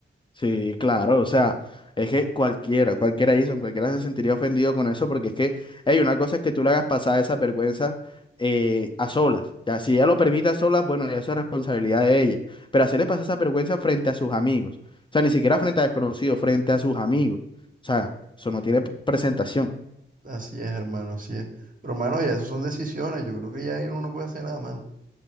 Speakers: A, on the left; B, on the right.
A: Sí, claro, o sea, es que cualquiera, cualquiera hizo, cualquiera se sentiría ofendido con eso, porque es que, hey, una cosa es que tú le hagas pasar esas vergüenzas eh, a solas, ya, si ella lo permite a solas, bueno, ya eso es responsabilidad de ella, pero hacerle pasar esas vergüenzas frente a sus amigos, o sea, ni siquiera frente a desconocidos, frente a sus amigos, o sea, eso no tiene p- presentación.
B: Así es, hermano, así es. Pero, mano, ya esas son decisiones. Yo creo que ya ahí uno no puede hacer nada, mano.